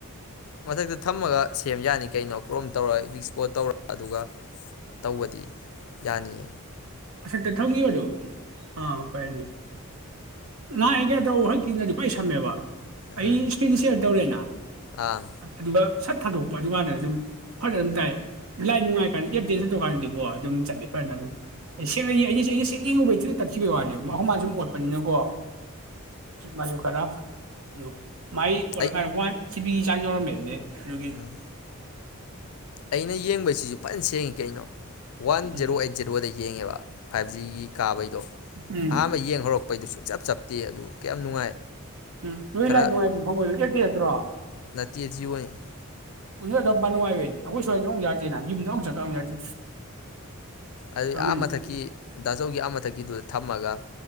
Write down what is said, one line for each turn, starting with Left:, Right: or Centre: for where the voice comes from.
Left: ꯃꯊꯛꯇ ꯊꯝꯃꯒ ꯁꯦꯝ ꯌꯥꯅꯤ ꯀꯩꯅꯣ ꯀ꯭ꯔꯣꯝ ꯇꯧꯔ ꯏꯤꯛ ꯏꯁꯄꯣꯠ ꯇꯧꯔ ꯑꯗꯨꯒ ꯇꯧꯕꯗꯤ ꯌꯥꯅꯤꯑ
Right: ꯁꯠꯇ ꯊꯝꯈꯤꯕꯗꯣ ꯑꯥ ꯐꯣꯏꯅꯤ ꯂꯥꯛꯏꯉꯩꯗꯧ ꯍꯣꯏꯀꯤꯉꯗꯤ ꯈ꯭ꯋꯥꯏ ꯁꯝꯃꯦꯕ ꯑꯩ
Left: ꯎꯝ
Right: ꯏꯁꯀ꯭ꯔꯤꯟꯁꯦ ꯁꯤꯌꯔ ꯇꯧꯔꯦꯅ ꯑꯗꯨ
Left: ꯑꯪ
Right: ꯁꯠ ꯊꯥꯗꯣꯛꯄ ꯑꯗꯨꯀꯥꯟꯗꯗꯤ ꯑꯗꯨꯝ ꯐꯖꯅ ꯑꯗꯨꯝ ꯇꯥꯏ ꯂꯥꯏ ꯅꯨꯡꯉꯥꯏꯀꯥꯟꯗ ꯑꯦꯗꯖꯦꯟꯁ ꯇꯧꯀꯥꯟꯗꯗꯤꯀꯣ ꯑꯗꯨꯝ ꯆꯠꯂ ꯐꯖꯅ ꯑꯗꯨꯝ ꯑꯦ ꯁꯦꯡꯅꯏ ꯑꯩꯅꯁꯨ ꯑꯩꯅ ꯁꯦꯡ ꯌꯦꯡꯉꯨꯕꯩ ꯊꯨꯅ ꯇꯛꯈꯤꯕꯒꯤ ꯋꯥꯅꯦꯕ ꯃꯧ ꯃꯥꯜ ꯁꯨꯝ ꯑꯣꯠꯄꯅꯤꯅꯀꯣ ꯃꯥꯖꯨ ꯈꯔ ꯏ ꯃꯥꯏ ꯑꯣꯂꯀꯥ
Left: ꯑꯩ
Right: ꯋꯥꯟ ꯁꯤꯤ ꯄꯤꯒꯤ ꯆꯥꯖ ꯋꯥꯔꯝꯔꯦ ꯔꯒꯤꯦ ꯎ
Left: ꯎꯝ ꯑꯩꯅ ꯌꯦꯡꯕꯁꯤꯁꯨ ꯐꯖꯅ ꯁꯦꯡꯉꯤ ꯀꯩꯅꯣ ꯋꯥꯟ
Right: ꯎꯝ
Left: ꯖꯦꯔꯣ ꯑꯩꯠ ꯖꯦꯔꯣꯗ ꯌꯦꯡꯉꯦꯕ ꯐꯥꯏꯚ ꯖꯤꯒꯤ ꯀꯥꯕꯩꯗꯣ
Right: ꯎꯝ
Left: ꯑꯍꯥꯟꯕ ꯌꯦꯡ ꯍꯧꯔꯛꯄꯩꯗꯨꯁꯨ ꯆꯞ ꯆꯞꯇꯦ ꯑꯗꯨ ꯀꯌꯥꯝ ꯅꯨꯡꯉꯥꯏ
Right: ꯎꯝ ꯅꯣꯏ
Left: ꯈꯔ
Right: ꯂꯥꯏ ꯅꯨꯡꯉꯥꯏ ꯐꯪꯣꯏꯕ ꯑꯦ ꯀ ꯅꯠꯇ꯭ꯔꯣ ꯑꯗꯨ
Left: ꯅꯠꯇꯦ ꯖꯤꯌꯣꯅꯤ
Right: ꯑꯗꯨꯣꯝꯄꯥ ꯅꯨꯡꯥꯏꯕꯅꯦ ꯑꯩꯈꯣꯏ ꯁ꯭ꯏꯗ ꯑꯃꯨꯛ ꯌꯥꯗꯦꯅ ꯌꯨꯝꯗ ꯑꯃꯨꯛ ꯀꯛ ꯌꯥꯗꯦ
Left: ꯑꯗꯨ
Right: ꯑꯗꯨꯅꯅꯤ
Left: ꯑꯥ ꯃꯊꯛꯀꯤ ꯗꯥꯖꯧꯒꯤ ꯑꯥ ꯃꯊꯛꯀꯤꯗꯨꯗ ꯊꯝꯃꯒ